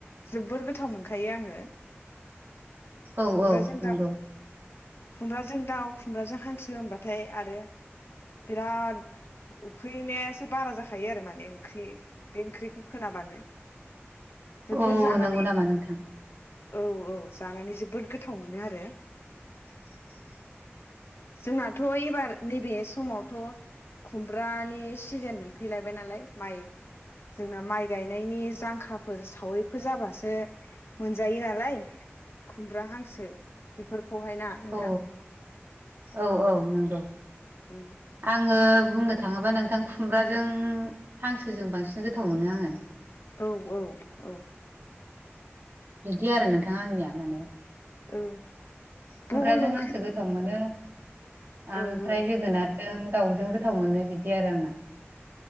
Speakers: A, on the left; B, on the right.
A: जोबोर गोथाव मोनखायो आङो।
B: औ
A: खुमब्राजों
B: औ नंगौ
A: दा खुमब्राजों दाउ खुमब्राजों हांसो होनबाथाय आरो बिराद उखैनायासो बारा जाखायो आरो माने ओंख्रि बे ओंख्रिखौ खोनाबानो। जोबोर
B: अ
A: जानानै
B: नंगौ नामा नोंथां?
A: औ औ जानानै जोबोद गोथाव मोनो आरो।
B: <inaudible>
A: जोंनाथ' एबार नैबे समावथ' खुमब्रानि सिजोन मोनफैलायबाय नालाय माइ जोंना माइ गायनायनि जांखाफोर सावैफोर जाबासो मोनजायो नालाय खुमब्रा हांसो बेफोरखौहाय ना नोंथां
B: औ औ औ नंगौ
A: औ
B: आङो बुंनो थाङोबा नोंथां खुमब्राजों हांसोजों बांसिन गोथाव मोनो आङो
A: औ औ औ
B: बिदि आरो नोंथाङा आंनिया माने।
A: औ
B: खुमब्राजों
A: बहल ओंख्रिफोर
B: हांसो गोथाव मोनो ओमफ्राय
A: औ औ
B: जोगोनारजों दाउजों गोथाव मोनो बिदि आरो आंना।